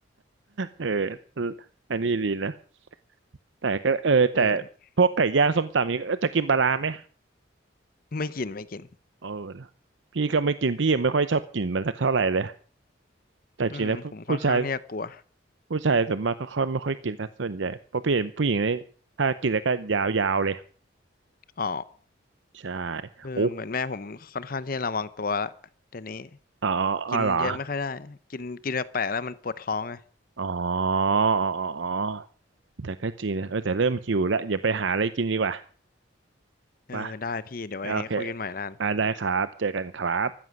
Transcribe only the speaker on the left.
เออ
ไม่กินไม่กิน
อืมผมค่อนข้างที่จะกลัว
อ๋อ
เออเหมือนแม่ผมค่อนข้างที่จะระวังตัวละเดี๋ยวนี้
กินเยอะไม่ค่อยได้กินกินแปลกๆแล้วมันปวดท้องไง
เออได้พี่เดี๋ยวไว้คุยกันใหม่นะ